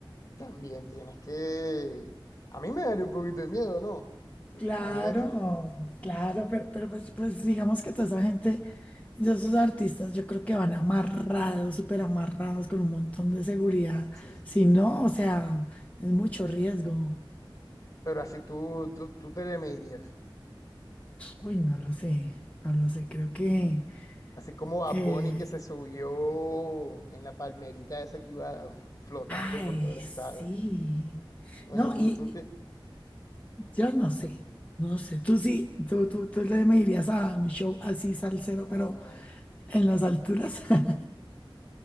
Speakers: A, on the left; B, on the left.
A: también tienes que... A mí me daría un poquito de miedo, ¿no? Pues
B: Claro,
A: Imagínate, Claro.
B: claro, pero, pero pues, pues digamos que toda esa gente, ya esos artistas, yo creo que van amarrados, súper amarrados, con un montón de seguridad.
A: sí.
B: Si no, o sea, es mucho riesgo.
A: Pero así tú, tú, tú te le medirías,
B: Uy, no lo sé, no lo sé, creo que...
A: así como Bad
B: eh,
A: Bunny que se subió en la palmerita esa que iba flotando
B: ay,
A: por todo el
B: sí.
A: estadio. Bueno,
B: No,
A: tú,
B: y,
A: tú te...
B: y yo no sé, no sé, tú sí, tú, tú, tú le me irías a un show así salsero,
A: Ujú.
B: pero en las alturas. <laughs>